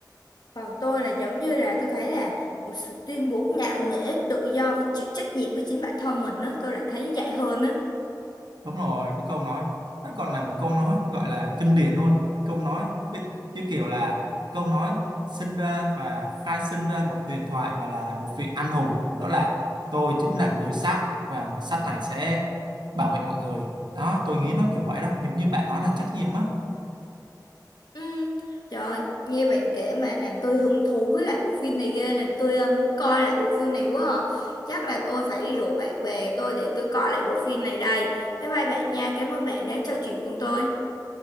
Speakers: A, on the left; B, on the right.
A: còn tôi là giống như là tôi thấy là một sự tuyên bố ngạo nghễ tự do và chịu trách nhiệm với chính bản thân mình á tôi lại thấy như vậy hơn á
B: Đúng rồi, có câu nói. Nó còn là một câu nói gọi là kinh điển luôn. Câu nói với- như kiểu là câu nói sinh ra và khai sinh ra một huyền thoại và là một vị anh hùng. Đó là tôi chính là người sắt và người sắt này sẽ bảo vệ mọi người. Đó, tôi nghĩ nó kiểu vậy đó, giống như bạn nói là trách nhiệm á.
A: Ừ. Trời ơi, nghe bạn kể mà làm tôi hứng thú với lại bộ phim này ghê làm tôi ờ, muốn coi lại bộ phim này quá à. Chắc là tôi phải đi rủ bạn bè tôi để tôi coi lại bộ phim này đây. Bye bye bạn nha, cảm ơn bạn đã trò chuyện cùng tôi.